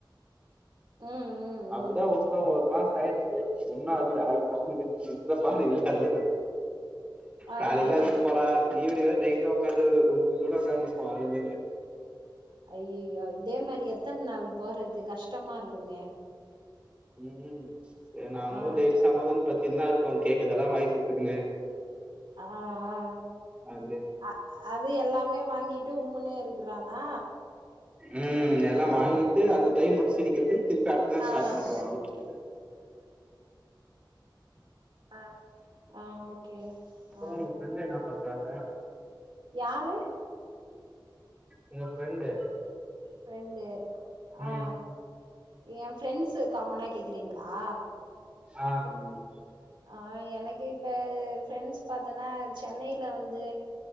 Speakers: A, on the right; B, on the right.
A: ம் ம்
B: அப்டிதா
A: ம்
B: உட்டோ ஒரு மாச ஆயிடுச்சு உன்னும் அதுல ஆயி <unintelligible> பாடு இல்ல அதுல
A: ஆ
B: காலையில
A: ஆ
B: அழுதுட்டு போறா ஈவினிங் வேற டெய் ட்ட உக்காந்து உம்முன்னு உக்காந்துருப்பா அழுதுன்னு
A: ஐய்யய்யோ இதே மாரி எத்தன நாள் போறது கஷ்டமா இருக்குமே
B: ம் சேரி நாங்களு
A: ஆ
B: டெய்லி சமாதானப்பத்தின்னுதா இருக்கோ கேக்கதெல்லா வாங்கி குத்துக்குனு
A: ஆ ஆ
B: அப்டி
A: அ அது எல்லாமே வாங்கிட்டு உம்முன்னே இருக்குறானா
B: ம் எல்லா வாங்கிட்டு அந்த டைம் மட்டு சிரிக்கிறது திருப்பி அடுத்த நாள் ஸ்டார்ட்
A: ஆ
B: பண்ணுவா அழுகுறத
A: ஆ ஆ ஓகே
B: அப்புற
A: ஆ
B: உங்க ஃப்ரெண்டு என்ன பண்றாங்க
A: யாரு
B: உங்க ஃப்ரெண்டு
A: பிரண்டு
B: ம்
A: ஆ ஆ ஏ ஃப்ரெண்ட்ஸு காமனா கேக்குறீங்களா
B: ஆ ஆமாமா
A: ஆ எனக்கு இப்ப ஃபிரெண்ட்ஸ் பாத்தோன்னா சென்னைல வந்து